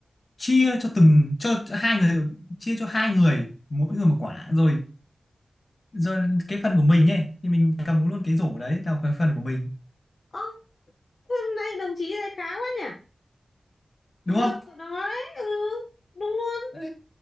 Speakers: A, on the left; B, on the left.
A: chia cho từng cho hai người chia cho hai người mỗi người một quả rồi rồi cái phần của mình ấy thì mình cầm luôn cái rổ đấy là cái phần của mình
B: ơ hôm nay đồng chí này khá quá nhỉ
A: đúng
B: được đó đấy ừ đúng luôn
A: không